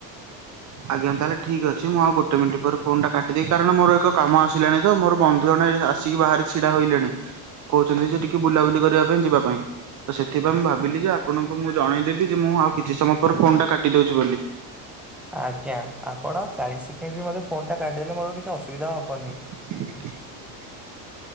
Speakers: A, on the right (about 40°); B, in the centre.
A: ଆଜ୍ଞା ତାହେଲେ ଠିକ୍ ଅଛି, ମୁଁ ଆଉ ଗୋଟେ ମିନିଟ୍ ପରେ ଫୋନ୍ ଟା କାଟି ଦେଇ କାରଣ ମୋର ଏକ କାମ ଆସିଲାଣି। ତ ମୋର ବନ୍ଧୁ ଜଣେ ଏଇ ଆସିକି ବାହାରେ ଛିଡା ହୋଇଲେଣି। କହୁଚନ୍ତି ଯେ ଟିକେ ବୁଲାବୁଲି କରିବା ପାଇଁ ଯିବା ପାଇଁ। ତ ସେଥିପାଇଁ ମୁଁ ଭାବିଲି ଯେ ଆପଣଙ୍କୁ ମୁଁ ଜଣେଇଦେବି ଯେ ମୁଁ ଆଉ କିଛି ସମୟ ପରେ ଫୋନ୍ ଟା କାଟି ଦଉଛି ବୋଲି।
B: ଆଜ୍ଞା ଆପଣ ଚାଳିଶ ସେକେଣ୍ଡ ବି ମୋର ଫୋନ୍ ଟା କାଢଦେଲେ ମୋର କିଛି ଅସୁବିଧା ହବନି।
A: ଆ